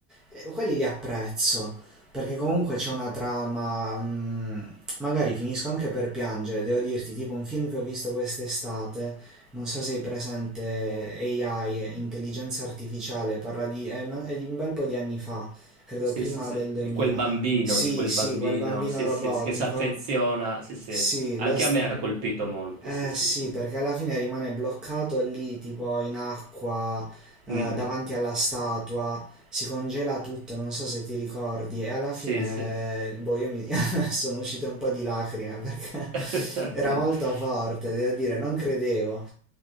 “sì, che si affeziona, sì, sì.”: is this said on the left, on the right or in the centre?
Right